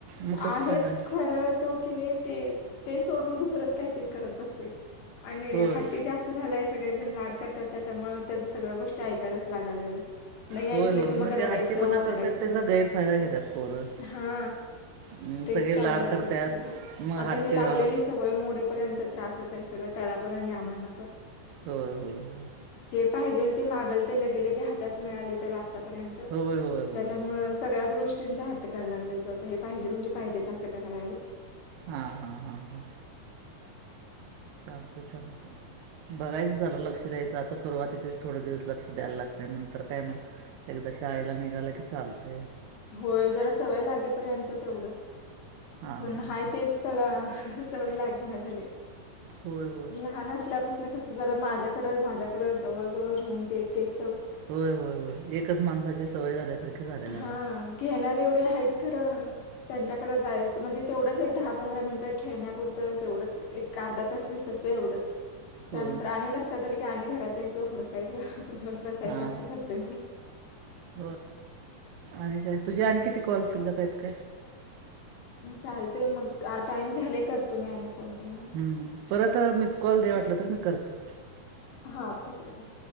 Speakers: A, on the right; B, on the left.
A: मग कसं
B: आहेत
A: काय आहे?
B: खर तो की नी ते ते सोडून दुसरंच काहीतरी करत बसतय आणि
A: होय
B: हट्टी जास्त झालाय सगळे जण लाड करत्यात. त्याच्यामुळे त्याज सगळ्या गोष्टी ऐकायलाच लागालागल्यात. नाही ऐकलं
A: होय होय
B: की मग
A: ते
B: रडायचं,
A: हट्टीपणा
B: ओरडायचं
A: करतात त्याचा गैरफायदा घेतात पोरं
B: हा
A: अं,
B: तेच
A: सगळे
B: चालूय
A: लाड
B: आता
A: करतात
B: सध्या
A: मग
B: आता
A: हट्टी
B: ही लागलेली
A: होय
B: सवय मोडेपर्यंत त्रासच आहे सगळं त्याला पण आणि आमांना पण.
A: होय होय होय
B: पाहिजेल ते मागल ते लगेलगे हातात मिळालंय त्याला आतापर्यंत
A: होय होय होय
B: त्याच्यामुळ सगळयात गोष्टींचा हट्ट कराय लागलाय तो आता हे पाहिजे म्हणजे पाहिजेच असं कराय लागलंय.
A: हा हा हा हा चालतंय चालतंय बघायचं जरा लक्ष द्यायचं आता सुरुवातीचेच थोडे दिवस लक्ष द्यायला लागतंय नंतर काय मग. एकदा शाळेला निघाला की चालतय
B: होय जरा सवय लागेपर्यंत तेवढंच
A: हां
B: पण
A: हां
B: हाय
A: हां
B: तेच त्याला सवय लागेना झाले
A: होय होय
B: लहान असल्यापासन कस जरा माझ्याकडं माझ्याकडं जवळ जवळ राहून तेेतेच
A: होय होय होय एकच माणसाची सवय झाल्यासारख झाल्या तेल
B: हा घेणार एवढे आहेत खरं त्यांच्याकड जायचं म्हणजे तेवढंच एक, दहा, पंधरा मिनिटं खेळण्यापुरतं तेवढंच एक अर्धातास विसरत. एवढंच
A: हो
B: त्यानंतर आणि लक्षात आल की आणि घरात यायचं हुडकायच. घेऊन बसायचं
A: हां
B: असं करतोय म.
A: हो आणि काय तुझे आणि किती कॉल शिल्लक आहेत काय.
B: चालतंय मग आ टाइम झालंय करतो मी आणि. फोन तुम्हाला.
A: हम्म परत मिस कॉल दे वाटलं तर मी करत
B: हा ठीक आहे.